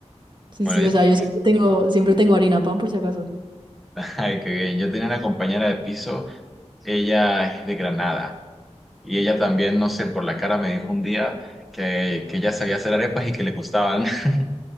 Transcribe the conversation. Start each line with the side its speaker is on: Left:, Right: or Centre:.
Right: Sí,
Centre: Bueno,
Right: sí,
Centre: yo
Right: o sea,
Centre: tenía
Right: yo siempre tengo, siempre tengo harina pan por si acaso.
Centre: Ay, qué bien. Yo tenía una compañera de piso, ella es de Granada y ella también, no sé, por la cara me dijo un día que, que ella sabía hacer arepas y que le gustaban. <laughs>